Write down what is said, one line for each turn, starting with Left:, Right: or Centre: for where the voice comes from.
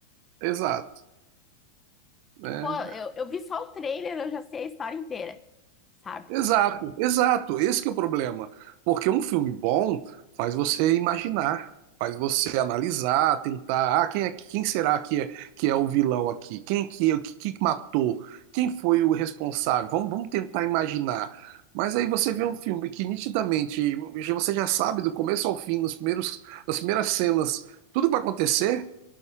Right: Exato. né?
Left: Pô, eu, eu vi só o trailer, eu já sei a história inteira, sabe?
Right: Exato, exato. Esse que é o problema. Porque um filme bom faz você imaginar, faz você analisar, tentar, ah, quem é, quem será que é, que é o vilão aqui? Quem que, o que, que matou? Quem foi o responsável? Vamos, vamos tentar imaginar. Mas aí você vê um filme que nitidamente já- você já sabe do começo ao fim, nos primeiros, nas primeiras cenas, tudo vai acontecer.